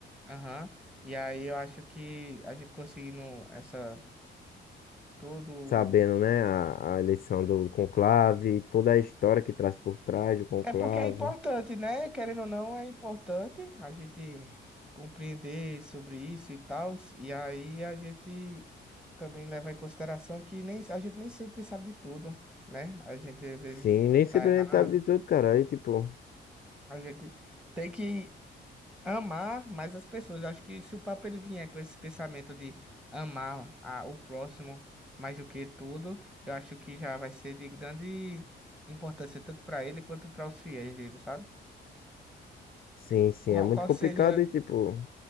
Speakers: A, in the centre; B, on the left.
A: Aham. E aí eu acho que a gente conseguindo essa todo
B: Sabendo, né, a, a eleição do conclave, toda a história que traz por trás do conclave.
A: É porque é importante, né? Querendo ou não, é importante a gente compreender sobre isso e tal. E aí a gente também leva em consideração que nem, a gente nem sempre sabe de tudo, né? A gente às vezes
B: Sim, nem se
A: tá
B: apresentado
A: errado.
B: de tudo, cara. Aí, tipo,
A: A gente tem que amar mais as pessoas. Acho que se o Papa ele vier com esse pensamento de amar a- o próximo mais do que tudo, eu acho que já vai ser de grande importância tanto para ele quanto para os fiéis dele, sabe?
B: sim, sim,
A: Qual,
B: é muito
A: qual
B: complicado.
A: seria,
B: E, tipo,